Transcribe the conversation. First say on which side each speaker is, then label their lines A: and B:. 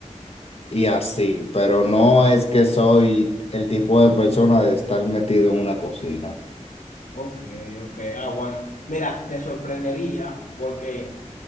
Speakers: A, on the left; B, on the left.
A: y así, pero no es que soy el tipo de persona de estar metido en una cocina.
B: ok, ok. Ah, bueno. Mira, te sorprendería porque